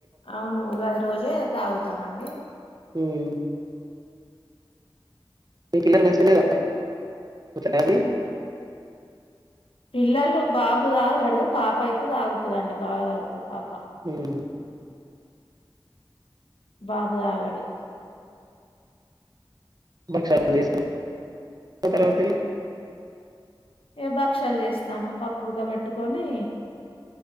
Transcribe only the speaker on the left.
అవును ఉగాది రోజే తాగుతామండి
పిల్లలు బాబు తాగడు పాప అయితే తాగుతందండి బాబ తాగుతది పాప
బాబు తాగాడు
ఏ భక్షలు చేస్తాము పప్పు ఉడుకా పెట్టుకొని,